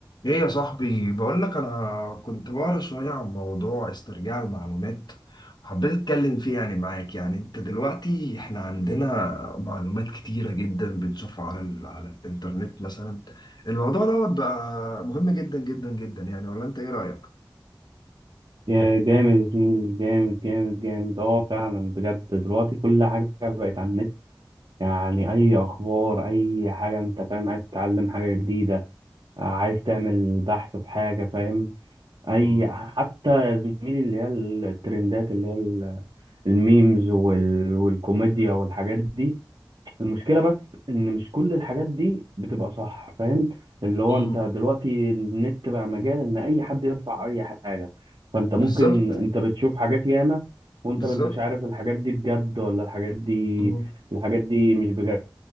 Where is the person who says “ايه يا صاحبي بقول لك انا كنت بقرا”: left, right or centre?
Left